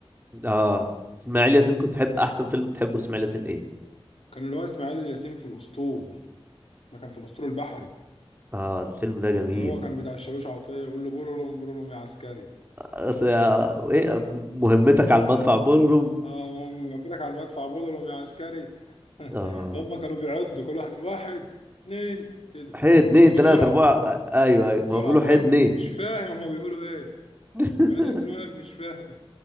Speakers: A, on the right; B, on the left.
A: اه اسماعيل ياسين كنت تحب احسن فيلم تحبه لاسماعيل ياسين ايه
B: كان اللي هو اسماعيل ياسين في الاسطول ما كان في الأسطول البحري
A: اه الفيلم ده جميل
B: اللي هو كان بتاع الشاويش عطية يقول له بولولوم بولولوم يا عسكري
A: بس يا- ايه مهمتك على المدفع بورروم
B: اه هم كده على المدفع بولولوم يا عسكري <laughs>
A: اه
B: هم كانوا بيعدوا كل واحد يقول واحد اتنين كده
A: حي اتنين
B: بس بسرعة
A: تلاتة اربعة آه، ايوه ايوه
B: بسرعة
A: ما هو بيقولوا
B: فاهم
A: حي اتنين
B: مش فاهم هم بيقولوا ايه
A: <laughs>
B: بقالي سنين واقف مش فاهم